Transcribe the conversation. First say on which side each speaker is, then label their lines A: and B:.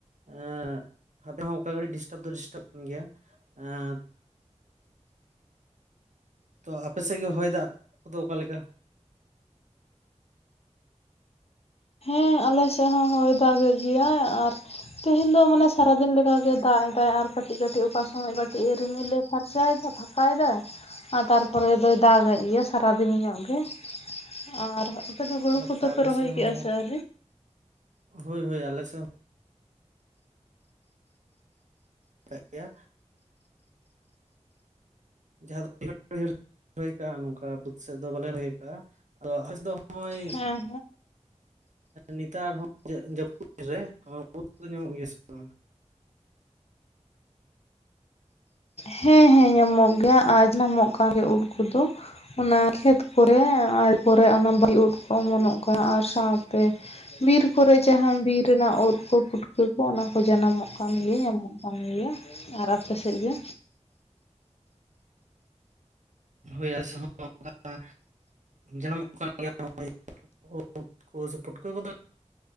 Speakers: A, on the right; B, on the left.
A: ᱮᱸ ᱦᱸᱟᱯᱮ ᱦᱚᱸ ᱚᱱᱠᱟ ᱜᱷᱟᱹᱲᱤᱡ ᱰᱤᱥᱴᱟᱵ ᱫᱚ ᱰᱤᱥᱴᱟᱵ ᱠᱟᱱ ᱜᱮᱭᱟ। ᱦᱮᱸᱛ ᱛᱚ ᱟᱯᱮ ᱥᱮᱫ ᱜᱮ ᱦᱚᱭ ᱫᱟᱜ ᱠᱚᱫᱚ ᱚᱠᱟ ᱞᱮᱠᱟ?
B: ᱦᱮᱸ, ᱟᱞᱮ ᱥᱮᱫ ᱦᱚᱸ ᱦᱚᱭ ᱫᱟᱜᱮᱫ ᱜᱮᱭᱟᱭ ᱟᱨ ᱛᱮᱦᱮᱧ ᱫᱚ ᱢᱟᱱᱮ ᱥᱟᱨᱟᱫᱤᱱ ᱞᱮᱠᱟᱜᱮ ᱫᱟᱜ ᱮᱫᱟᱭ ᱟᱨ ᱠᱟᱹᱴᱤᱡ ᱠᱟᱹᱴᱤᱡ ᱚᱠᱟ ᱥᱚᱢᱚᱭ ᱠᱟᱹᱴᱤᱡ-ᱮ ᱨᱤᱢᱤᱞᱮ ᱯᱷᱟᱨᱪᱟᱭᱮᱫᱟ। ᱯᱷᱟᱠᱟᱭ ᱫᱟᱭ। ᱟᱨ ᱛᱟᱨᱯᱚᱨᱮ ᱫᱚᱭ ᱫᱟᱜᱮᱫ ᱜᱮᱭᱟ ᱥᱟᱨᱟᱫᱤᱱ ᱧᱚᱜ ᱜᱮ। ᱟᱨ ᱟᱯᱮ ᱫᱚ ᱦᱩᱲᱩ
A: ᱟᱪᱪᱷᱟ
B: ᱠᱚᱫᱚ ᱯᱮ
A: ᱟᱞᱮ
B: ᱨᱚᱦᱚᱭ
A: ᱥᱮᱫ
B: ᱠᱮᱜᱼᱟ
A: ᱦᱚᱸ
B: ᱥᱮ ᱟᱹᱣᱨᱤ?
A: ᱦᱳᱭ ᱦᱳᱭ। ᱟᱞᱮ ᱥᱮᱫ ᱦᱚᱸ ᱠᱟᱜ ᱜᱮᱭᱟ। ᱡᱟᱦᱟᱸ ᱫᱚ <unintelligible> ᱨᱚᱦᱚᱭ ᱠᱟᱜᱼᱟ। ᱱᱚᱝᱠᱟ ᱵᱟᱹᱫᱽ ᱥᱮᱫ ᱫᱚ ᱵᱟᱞᱮ ᱨᱚᱦᱚᱭ ᱠᱟᱜᱼᱟ। ᱟᱫᱚ ᱟᱞᱥᱮᱫ ᱫᱚ ᱱᱚᱜᱼᱚᱭ
B: ᱦᱮᱸ
A: ᱱᱮᱛᱟᱨ ᱦᱚᱸ ᱡᱟ ᱡᱟᱹᱯᱩᱫ ᱨᱮ, ᱵᱩᱫᱽ ᱠᱚᱫᱚ ᱧᱟᱢᱚᱜ ᱜᱮᱭᱟ ᱥᱮ ᱵᱟᱝᱟ?
B: ᱦᱮᱸ। ᱦᱮᱸ ᱧᱟᱢᱚᱜ ᱜᱮᱭᱟ। ᱟᱨ ᱧᱟᱢᱚᱜ ᱠᱟᱱ ᱜᱮᱭᱟ ᱩᱫᱽ ᱠᱚᱫᱚ। ᱚᱱᱟ ᱠᱷᱮᱛ ᱠᱚᱨᱮ, ᱛᱟᱨᱯᱚᱨᱮ ᱚᱱᱟ ᱵᱟᱞᱤ ᱩᱫᱽ ᱠᱚ ᱚᱢᱚᱱᱚᱜ ᱠᱟᱱᱟ। ᱟᱨ ᱥᱟᱶᱛᱮ ᱵᱤᱨ ᱠᱚᱨᱮ ᱡᱟᱦᱟᱸ ᱵᱤᱨ ᱨᱮᱱᱟᱜ ᱩᱫᱽ ᱠᱚ ᱯᱩᱴᱠᱟᱹ ᱠᱚ, ᱚᱱᱟ ᱠᱚ ᱡᱟᱱᱟᱢᱚᱜ ᱠᱟᱱ ᱜᱮᱭᱟ। ᱧᱟᱢᱚᱜ ᱠᱟᱱ ᱜᱮᱭᱟ। ᱟᱨ ᱟᱯᱮ ᱥᱮᱫ ᱜᱮ?
A: ᱦᱳᱭ ᱟᱞᱮ ᱥᱮᱫ ᱦᱚᱸ ᱚᱱᱠᱟ ᱡᱟᱱᱟᱢᱚᱜ ᱠᱟᱱ ᱜᱮᱭᱟ। <inaudible> ᱩᱫᱽ ᱠᱚ, ᱥᱮ ᱯᱩᱴᱠᱟᱹ ᱠᱚᱫᱚ